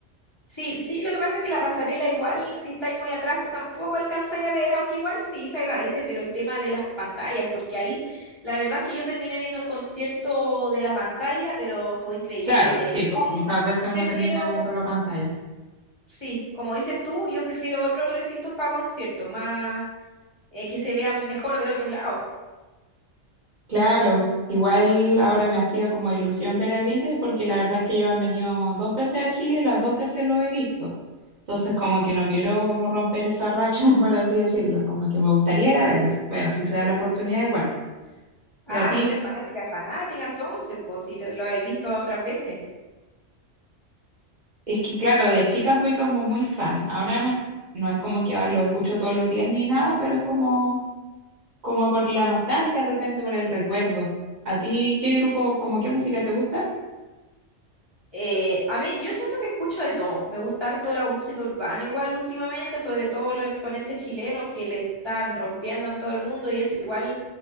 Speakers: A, on the left; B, on the right.
A: Sí, sí, lo que pasa es que la pasarela igual, si estáis muy atrás, tampoco alcanzáis a ver, aunque igual sí se agradece, pero el tema de las pantallas, porque ahí la verdad es que yo terminé viendo el concierto de la pantalla, pero estuvo increíble.
B: Claro, sí,
A: Igual
B: pues muchas veces uno
A: prefiero,
B: termina viendo la pantalla.
A: sí, como dices tú, yo prefiero otros recintos para conciertos, más eh, que se vean mejor de otros lados.
B: Claro, igual ahora me hacía como ilusión ver a Green Day porque la verdad es que yo han venido dos veces a Chile y las dos veces lo he visto. Entonces como que no quiero como romper esa racha, <laughs> por así decirlo, como que me gustaría ir a verlos. Bueno, si se da la oportunidad igual.
A: Ah,
B: Y a ti,
A: tú eres fanática, fanática entonces, pues si te, lo habéis visto otras veces.
B: es que claro, de chica fui como muy fan. Ahora no, no es como que ay, lo escucho todos los días ni nada, pero es como como por la nostalgia, de repente por el recuerdo. ¿A ti qué grupo, como qué música te gusta?
A: Eh, a mí, yo siento que escucho de todo. Me gusta harto la música urbana igual últimamente, sobre todo los exponentes chilenos que le están rompiendo en todo el mundo y eso igual